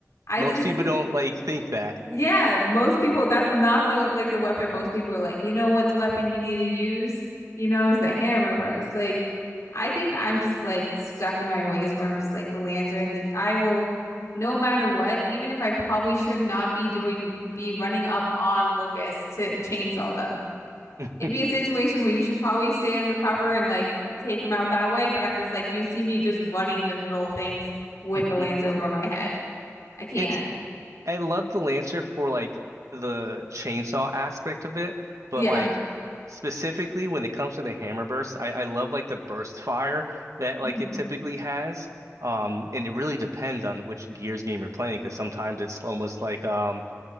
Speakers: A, on the left; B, on the right.
A: I
B: Most
A: think
B: people don't like think that.
A: yeah, most people that's not the like the weapon most people are like, you know what weapon you need to use, you know, is the hammer burst. Like I think I'm just like stuck in my ways where I'm just like the lancer and the I will no matter what, even if I probably should not be doing be running up on locusts to chainsaw them.
B: <laughs>
A: It'd be a situation where you should probably stay undercover and like take him out that way, but I'm just like, you see me just running in the middle of things with
B: <laughs>
A: the lance over my head. I can't.
B: It's I love the Lancer for like the chainsaw aspect of it, but
A: Yeah.
B: like specifically when it comes to the hammer burst, I, I love like the burst fire that
A: Mhm.
B: like it typically has. Um, and it really depends on which Gears game you're playing because sometimes it's almost like um